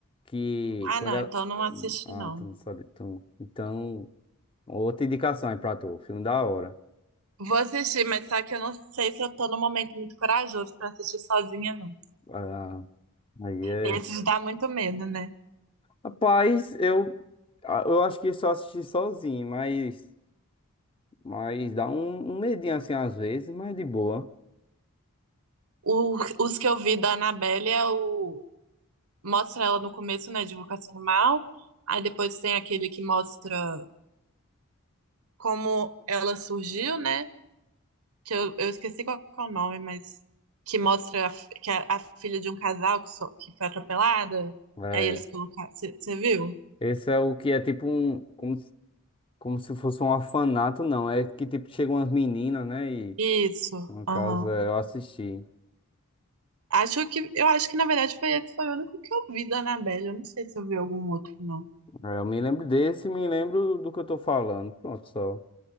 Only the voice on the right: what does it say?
Ah,
não,
então não assisti,
não.
Vou assistir, mas só que eu não sei se eu tô num momento muito corajoso pra assistir sozinha, não.
Esses dá muito medo, né?
O- os que eu vi da Annabelle é o. Mostra ela no começo, né? Divulgação do mal. Aí depois tem aquele que mostra como ela surgiu, né? Que eu, eu esqueci qual é o nome, mas que mostra a, fi- que é a filha de um casal que, so- que foi atropelada.
E aí eles colocaram. Você viu?
Isso.
Aham.
Acho que eu acho que na verdade foi esse foi o único que eu vi da Annabelle. Eu não sei se eu vi algum outro, não.